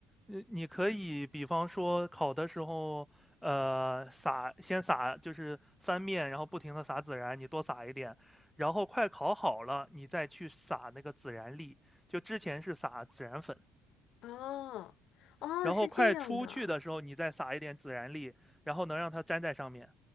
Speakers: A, in the centre; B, on the left (about 65°).
A: 呃，你可以比方说烤的时候，呃，撒先撒就是翻面，然后不停的撒孜然，你多撒一点，然后快烤好了，你再去撒那个孜然粒。就之前是撒孜然粉，
B: 哦，哦，
A: 然后快出去的时候，
B: 是这样的。
A: 你再撒一点孜然粒，然后能让它粘在上面，